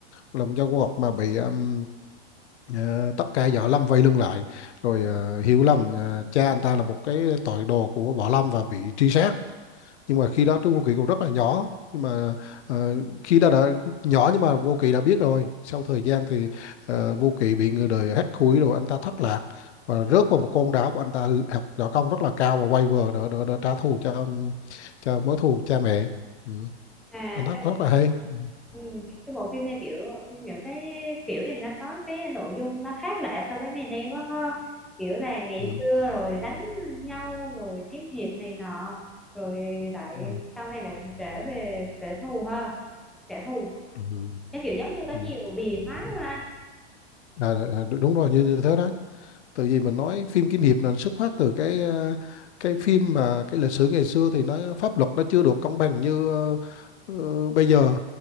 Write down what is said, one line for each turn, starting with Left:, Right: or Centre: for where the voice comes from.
Left: là một nhân vật mà bị um, ờ, tất cả võ lâm vây lưng lại rồi ờ, hiểu lầm ờ, cha anh ta là một cái tội đồ của võ lâm và bị truy sát nhưng mà khi đó Trúc Vô Kỵ còn rất là nhỏ nhưng mà ờ, khi đó đã nhỏ nhưng mà Vô Kỵ đã biết rồi sau thời gian thì ờ, Vô Kỵ bị người đời hắt hủi rồi anh ta thất lạc và rớt vào một con đảo của anh ta học võ công rất là cao và quay về để, để, để trả thù cho cho mối thù cha mẹ ừ.
Centre: À,
Left: anh thắc
Centre: cái
Left: rất
Centre: bộ
Left: là hay ừ.
Centre: Ừm, cái bộ phim này, kiểu, những cái kiểu này nó có cái nội dung nó khác lạ so với ngày nay quá ha. Kiểu là ngày
Left: Ừ.
Centre: xưa rồi đánh nhau rồi kiếm hiệp này nọ, rồi lại
Left: Ừ.
Centre: sau này lại đụng trễ về kẻ thù ha, kẻ thù.
Left: Ừ.
Centre: Cái kiểu giống như có nhiều
Left: Ừ.
Centre: bì phái ha anh.
Left: À, à, đúng rồi như, như thế đó từ vì mình nói phim kiếm hiệp là xuất phát từ cái ờ, cái phim mà cái lịch sử ngày xưa thì nó pháp luật nó chưa được công bằng như ờ, ờ, bây giờ